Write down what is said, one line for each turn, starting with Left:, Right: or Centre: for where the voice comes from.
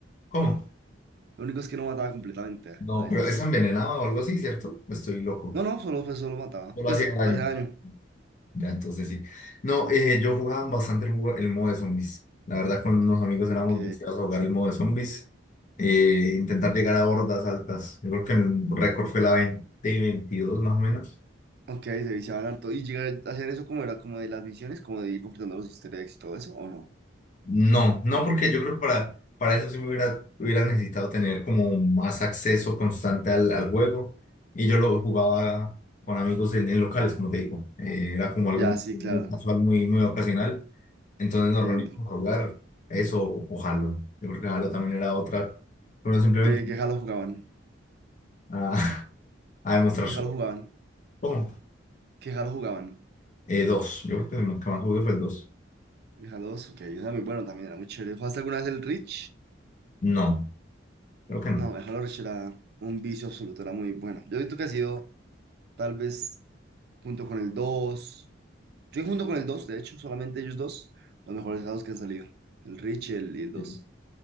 Left: ¿Cómo?
Right: Lo único es que no mataba completamente,
Left: No,
Right: a veces.
Left: pero esa envenenaba o algo así, ¿cierto? Estoy loco.
Right: No, no, solo, pues, solo mataba.
Left: No lo
Right: Pues,
Left: hacía daño.
Right: hace daño.
Left: Ya, entonces sí. No, eh, yo jugaba bastante el, juego- el modo de zombies. La verdad, con unos amigos éramos
Right: Ok.
Left: viciados a jugar el modo de zombies. eh, intentar llegar a hordas altas. Yo creo que el récord fue la 20 y 22 más o menos.
Right: Ok, se viciaban harto. ¿Y llegar a hacer eso como era como de las misiones, como de ir completando los easter eggs y todo eso, o no?
Left: No, no porque yo creo que para, para eso sí me hubiera, hubiera necesitado tener como más acceso constante al, al juego. Y yo lo jugaba con amigos en, en locales, como te digo. Eh, era como algo
Right: Ya,
Left: muy,
Right: sí, claro,
Left: muy casual, muy, muy ocasional. Entonces
Right: entiendo.
Left: nos reunimos a jugar eso o Halo. Yo creo que Halo también era otra. Bueno, simplemente
Right: ¿Qué, qué Halo jugaban?
Left: a, <laughs> a demostrar
Right: ¿Qué
Left: su.
Right: Halo jugaban?
Left: ¿Cómo?
Right: ¿Qué Halo jugaban?
Left: Eh, dos. Yo creo que el que más jugué fue el dos.
Right: El Halo dos ok, era muy bueno también, era muy chévere. ¿Jugaste alguna vez el Reach?
Left: No, creo que no.
Right: No, el Halo Reach era un vicio absoluto, era muy bueno. Yo he visto que ha sido tal vez junto con el dos yo junto con el 2 de hecho, solamente ellos dos, los mejores Halos que han salido. El Reach y el, y el 2.
Left: Sí,